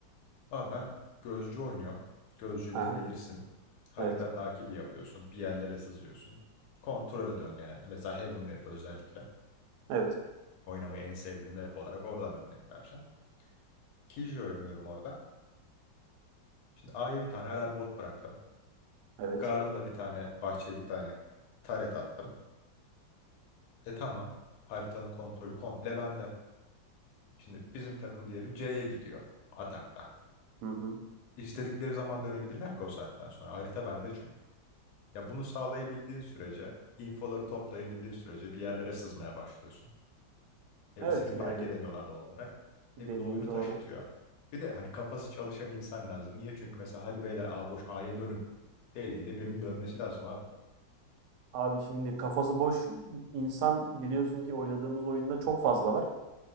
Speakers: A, on the left; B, on the right.
A: Abi ben gözcü oynuyorum. Gözcüleri
B: Aha,
A: bilirsin. Harita
B: evet.
A: takibi yapıyorsun. Bir yerlere sızıyorsun. Kontrol alıyorsun genelde. Mesela Heaven Map özellikle.
B: Evet.
A: Oynamayı en sevdiğim map olarak oradan örnek vereceğim. Killjoy oynuyorum orada. Şimdi A'ya bir tane alarm bot bıraktım.
B: Evet.
A: Garden'a bir tane, bahçeye bir tane turret attım. E tamam. Haritanın kontrolü komple bende. Şimdi bizim takım diyelim C'ye gidiyor atakta.
B: Hı hı.
A: İstedikleri zaman dönebilirler ki o saatten sonra. Harita bende çünkü. Ya bunu sağlayabildiğin sürece, infoları toplayabildiğin sürece bir yerlere sızmaya başlıyorsun. E,
B: Evet
A: seni fark
B: yani
A: edemiyorlar doğal olarak.
B: dediğin
A: E bu da oyunu
B: doğru.
A: taşıtıyor. Bir de hani kafası çalışan insan lazım. Niye? Çünkü mesela hadi beyler A boş A'ya dönün dediğinde birinin dönmesi lazım abi.
B: Abi şimdi kafası boş insan biliyorsun ki oynadığımız oyunda çok fazla var.